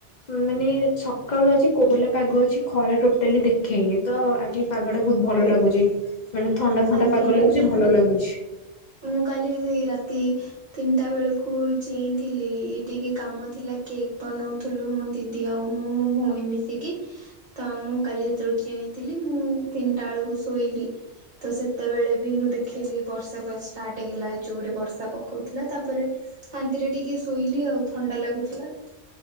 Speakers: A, on the left (about 50°); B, on the right (about 45°).
A: ମାନେ ସକାଳୁ ଆଜି କୋହଲା ପାଗ ଅଛି ଖରା ଟୋଟାଲି ଦେଖେଇନି ତ ଆ କି ପାଗ ଟା ବହୁତ ଭଲ ଲାଗୁଚି ମାନେ ଥଣ୍ଡା ଥଣ୍ଡା
B: ଆଜ୍ଞା
A: ପାଗ
B: ଆଜ୍ଞା।
A: ଲାଗୁଚି ଭଲ ଲାଗୁଚି।
B: ମୁଁ କାଲିିରି ରାତି ତିନିଟା ବେଳକୁ ଚେଇଁଥିଲି ଇ ଟିକେ କାମ ଥିଲା କେକ୍ ବନଉ ଥୁଲୁ ମୋ ଦିଦି ଆଉ ମୁଁ ମୋ ଭଉଣୀ ମିଶିକି। ତ ମୁଁ କାଲି ସେତଅଳୁ ଚେଇଁଥିଲି ମୁଁ ତିନିଟା ଏଳକୁ ଶୋଇଲି। ତ ସେତେବେଳେ ବି ମୁଁ ଦେଖିଲି ବର୍ଷା ବା ଷ୍ଟାର୍ଟ ହେଇଗଲା ଜୋରରେ ବର୍ଷା ପକଉଥିଲା ତାପରେ ଶାନ୍ତିରେ ଟିକେ ଶୋଇଲି ଆଉ ଥଣ୍ଡା ଲାଗୁଥିଲା।